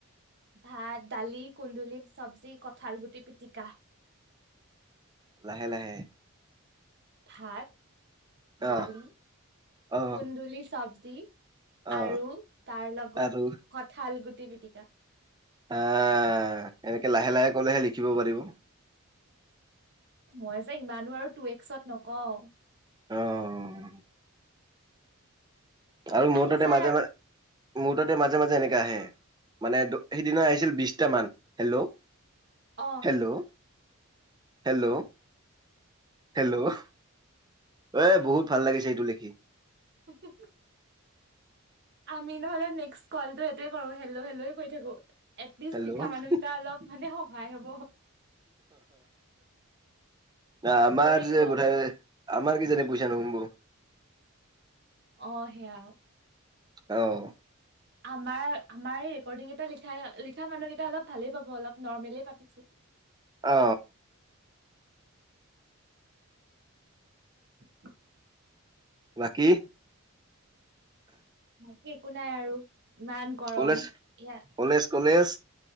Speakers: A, on the right; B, on the right.
A: ভাত, দালি, কুন্দুলি চব্জি, কঠাল গুটি পিটিকা,
B: লাহে লাহে
A: ভাত
B: অ'
A: দালি
B: অ'
A: কুন্দুলি চব্জি। তি
B: অ'
A: আৰু তাৰ লগত
B: আৰু
A: কঁঠাল গুটি পিটিকা।
B: আহ এনেকে লাহে লাহে কলেহে লিখিব পাৰিব।
A: মই যে ইমানো আৰু টু এক্সত নকওঁ।
B: অ'
A: খালি
B: আৰু মৌ
A: আহি
B: তাতে
A: যায়
B: মাজে
A: আৰু
B: মাজে মোৰ তাতে মাজে মাজে এনেকাে আহে মানে সেইদিনা আহিছিল বিশটামান, হেল্ল'
A: অ
B: হেল্ল' হেল্ল'। হেল্ল' এ বহুত ভাল লাগিছে এইটো লিখি।
A: <unintelligible> আমি নহলে নেক্স কলো এইোৱে কৰো হেল্ল' হেল্লয়ে কৈ থাকো। এটলিষ্ট
B: হেল্ল'
A: লিখা মানুহকেইটা অলপ মানে সহায় হব।
B: আমাৰ
A: ভাল লাগিব
B: যে বোঠাই আমাৰ কি জানি পইচা নোসোমাব।
A: অ সেয়া।
B: অহ।
A: আমাৰ আমাৰ এই ৰেকৰ্ডিং গীতা লি লিখা মানুহকেইটা অলপ ভালেই পাব অলপ নৰ্মলে পাতিচো।
B: অ।
A: <inaudible>
B: বাকী
A: বাকী একো নাই আৰু ইমান গৰম
B: কলেজ
A: ইয়াত
B: কলেজ
A: <unintelligible>
B: কলেজ